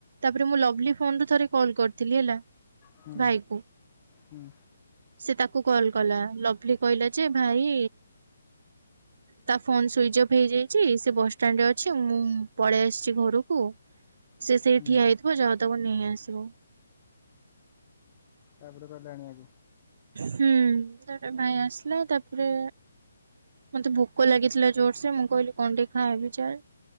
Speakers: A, on the right; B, on the left.
A: ତାପରେ ମୁଁ ଲଭ୍ଲି ଫୋନ୍ ରୁ ଥରେ ଫୋନ୍ କରିଥିଲି ହେଲା
B: ହୁଁ
A: ଭାଇ କୁ।
B: ହୁଁ
A: ସେ ତାକୁ କଲ୍ କଲା ଲଭ୍ଲି କହିଲା ଯେ ଭାଇ ତା ଫୋନ୍ ସୁଇଚ୍ ଅଫ୍ ହେଇଯାଇଚି ସିଏ ବସ୍ ଷ୍ଟାଣ୍ଡ ରେ ଅଛି ମୁଁ ପଳେଇ ଆସିଚି ଘରକୁ। ସିଏ ସେଇଠି
B: ହୁଁ
A: ଠିଆ ହେଇଥିବ ଯାଅ ତାକୁ ନେଇ ଆସିବ।
B: ତାପରେ ଗଲେ ଆଣିଆକୁ?
A: ହୁଁ ତାରେ ଭାଇ ଆସିଲା ତାପରେ ମତେ ଭୋକ ଲାଗିଥିଲା ଜୋର୍ ସେ ମୁଁ କଇଲି କଣ ଟିକେ ଖାଇବି ଚାଲ୍